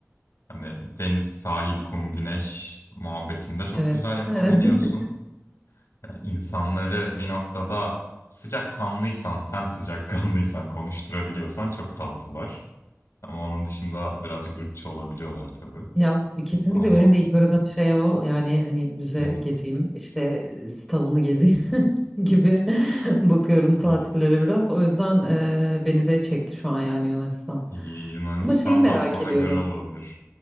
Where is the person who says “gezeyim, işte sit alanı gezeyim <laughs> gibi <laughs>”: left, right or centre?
Centre